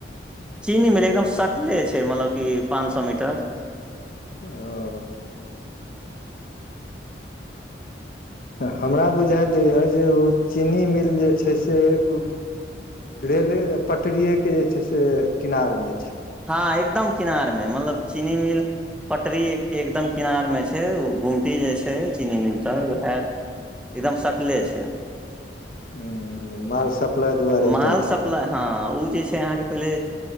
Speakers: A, in the centre; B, on the left.
A: चीनी मिल एकदम सटले छैय मतलब कि पाँच सौ मीटर।
B: ओ तऽ हमरा बुझा दैअ जे ओ चीनी मिल जे छैय से ओ रेले पटरियेके जे छैय से किनारमे छैय।
A: हँ एकदम किनार मे मतलब चीनी मिल पटरीयेके एकदम किनार में छैय ओ गुमटी जे छैय चीनी मिलतर वहै एकदम सटले छैय,
B: हूँ माल सप्लाइ दुआरे ओतऽ
A: माल
B: अथी
A: सप्ला
B: भेल
A: हँ उ जे छैय अहाँके पहिले